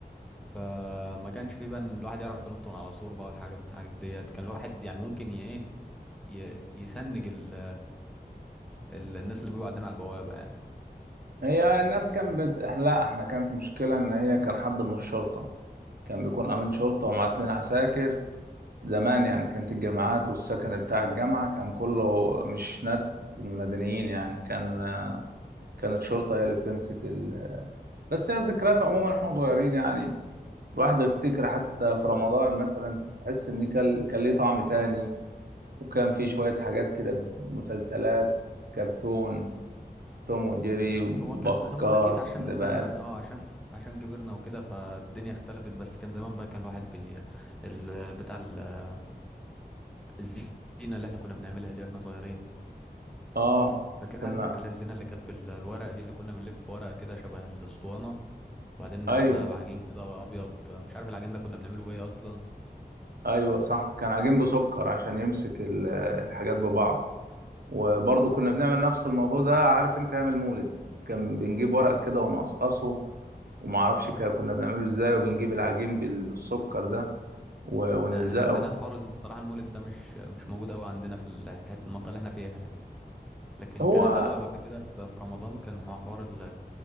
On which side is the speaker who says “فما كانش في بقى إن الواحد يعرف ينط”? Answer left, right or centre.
Centre